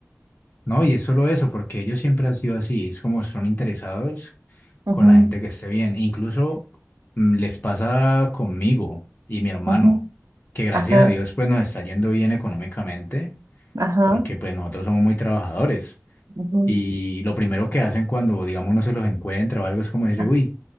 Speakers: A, on the left; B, on the right.
A: No, y es solo eso, porque ellos siempre han sido así, es como son interesados con
B: Ujú,
A: la gente que esté bien. E incluso mm, les pasa conmigo y mi hermano,
B: ujú,
A: que gracias
B: Ajá,
A: a Dios pues nos está yendo bien económicamente,
B: ajá,
A: porque pues nosotros somos muy trabajadores.
B: ujú,
A: Y lo primero que hacen cuando, digamos, no se los encuentra o algo es como decir,
B: ajá.
A: uy,